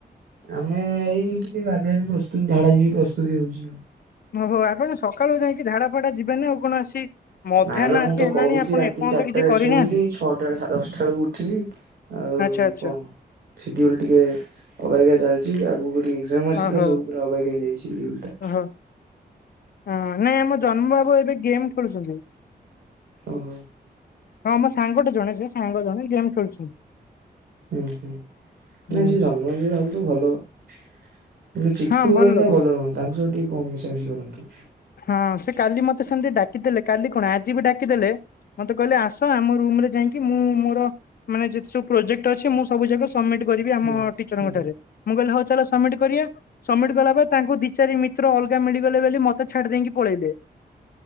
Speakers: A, on the right; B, on the left.
A: ଆମେ ଏଇ ଟିକେ ଗାଧୁଆବି ପ୍ରସ୍ତୁତି ଝାଡା ଯିବା ବି ପ୍ରସ୍ତୁତି ହଉଛି।
B: ଓହୋ! ଆପଣ ସକାଳୁ ଯାଇକି ଝାଡ଼ା ଫାଡା ଯିବେ ନା ଆଉ କଣ ଆସି ମଧ୍ୟାହ୍ନ
A: ନାଇଁ ବା ମୁଁ
B: ଆସି
A: ତ
B: ହେଲାଣି
A: କହୁଛି
B: ଆପଣ
A: ରାତି
B: ଏପର୍ଯ୍ୟନ୍ତ
A: ଚାରିଟା
B: କିଛି
A: ରେ
B: କରିନାହାନ୍ତି
A: ଶୋଇଲି ଛଅଟା ଦଶଟା ବେଳକୁ ଉଠିଲି। ଆଉ
B: ଆଚ୍ଛା ଆଚ୍ଛା
A: କଣ ସିଡିଏଲ ଟିକେ ଅବାଗ୍ୟ ଚାଲିଛି ଆଗକୁ ଟିକେ ଏକଜାମ ଅଛି
B: ଓହୋ
A: ତ ସବୁ ପୁରା ଅବାଗ୍ୟ ହେଇଯାଇଛି ରୁଲ ଟା
B: ଓହୋ। ହଁ, ନାଇଁ ଆମ ଜନ୍ମ ବାବୁ ଏବେ ଗେମ୍ ଖେଳୁଛନ୍ତି।
A: ଓହୋ!
B: ହଁ ମୋ ସାଙ୍ଗଟେ ଜଣେ ସେ ସାଙ୍ଗ ଜଣେ ଗେମ୍ ଖେଳୁଛନ୍ତି।
A: ହୁଁ -ହୁଁ
B: ହୁଁ
A: ନାଇଁ ସେ ଜନ୍ମ ହେଲେ ଭାବୁ ତ ଭଲ କିନ୍ତୁ ଚିକୁୁ
B: ହଁ
A: ଭଏନା
B: ଲୋକ
A: ଭଲ ରୁହନ୍ତି ତାଙ୍କ ସହ ଟିକେ କମ୍ ମିଶାମିଶି କରନ୍ତୁ।
B: ହଁ ସେ କାଲି ମତେ ସେମିତି ଡାକିଦେଲେ କାଲି କଣ ଆଜି ବି ଡାକିଦେଲେ ମତେ କହିଲେ ଆସ ଆମ ରୁମ ରେ ଯାଇକି ମୁଁ ମୋର ମାନେ ଯେତେ ସବୁ ପ୍ରୋଜେକ୍ଟ ଅଛି। ମୁଁ ସବୁ ଯାକ ସବମିଟ କରିବି
A: ହୁଁ।
B: ଆମ ଟିଚର
A: ହୁଁ ହୁଁ
B: ଠାରେ ମୁଁ କହିଲି ହଉ ଚାଲ ସବମିଟ କରିବା ସବମିଟ କଲା ପରେ ତାଙ୍କୁ ଦି ଚାରି ମିତ୍ର ଅଲଗା ମିଳିଗଲେ ବୋଲି ମତେ ଛାଡି ଦେଇକି ପଳେଇଲେ।